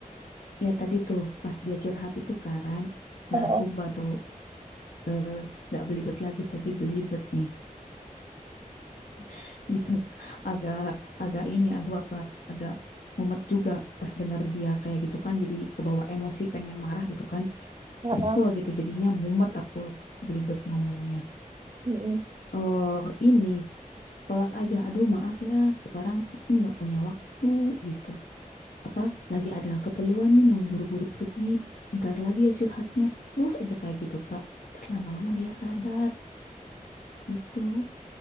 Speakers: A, on the left (about 80°); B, on the right (about 35°).
A: ya tadi tuh pas dia curhat itu kan nah
B: Heeh,
A: aku baru eh, nggak belibet lagi tadi belibet nih <laughs> gitu agak agak ini aku aku agak mumet juga pas dengar dia kayak gitu kan jadi kebawa emosi pengen marah gitu kan
B: heeh,
A: kesel gitu jadinya mumet aku belibet ngomongnya
B: mm-mm.
A: eh ini tolak aja aduh maaf ya sekarang aku nggak punya waktu gitu apa lagi ada keperluan nih mau buru-buru pergi ntar lagi ya curhatnya terus aja kayak gitu Kak ntar lama-lama dia sadar gitu